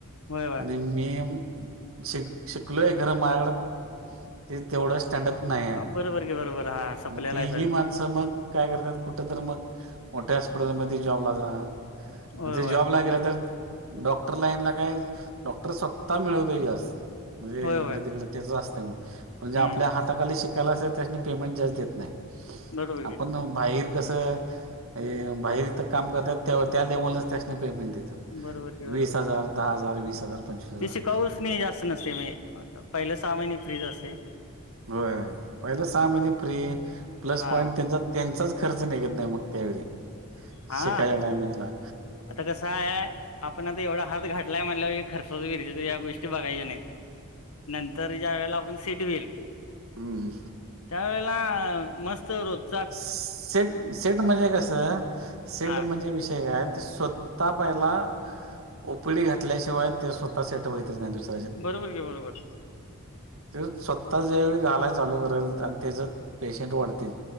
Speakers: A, on the left; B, on the right.
A: होय होय.
B: <inaudible> शि शिकलोय खरं माझ कड <inaudible> तेवढं. स्टँडअप नाही आहे
A: बरोबर की बरोबर हा सपलेला
B: मग ती
A: आहे सगळं
B: ह माणसं मग काय करतात कुठ तररी मग मोठ्या हॉस्पिटलमध्ये जॉबला जा. म्हण
A: होय
B: ते
A: होय
B: जॉबला गेला तर. डॉक्टर लाईनला काय डॉक्टर स्वतः मिळवतोय जास्त. म्हणजे
A: होय होय
B: इकडे तिकड त्याचच असतंय, पण
A: हम्म
B: जे आपल्या- हाताखाली शिकायला असेल त्यांनी पेमेंट जास्त देत नाही
A: बरोबर
B: आप
A: की
B: बाहेर कसं हे बाहेर इथं काम करतात त्या त्या लेवलच त्या पेमेंट देतं
A: बरोबर की बरोबर
B: वीस हजार दहां हजार वीस हजार पंचवीस हजार
A: ती शिकाऊसनी जास्तं नसतेय म्हंजजे पहिलं सहा महीने फ्री चं असतंय.
B: होयं पहिले सहा महिने फ्री प्लसं
A: हा
B: पॉईंट त्यांचा त्यांचं चं खर्च निघंत नाहीं मंग त्यावेळीं
A: हा
B: शिकायला टांईमीगला
A: आता कसं हायं आपणं आता एवढां हात घाटलांय म्हटलं की खर्चा यां गोष्टीचा बघायच्यां नाहीतं नंतर ज्यां वेळेलां आपणं सीट व्हील -
B: हं
A: त्यांवेेळेलां मस्तं होतं
B: सेंट, सेंट म्हणजे कसं सेंट
A: हा
B: म्हणजे विषयं कायं ते स्वंत- त्यां पहिला ओपीडी घातल्यांशिवांय ते स्वंतः सेंट होतंच नाहीं दुसरं
A: बरोबर घे बरोबर
B: ते स्वंतः ज्यांवेेळी गालांय चालूं करेल आणि त्यांचं पेशंट वाढतील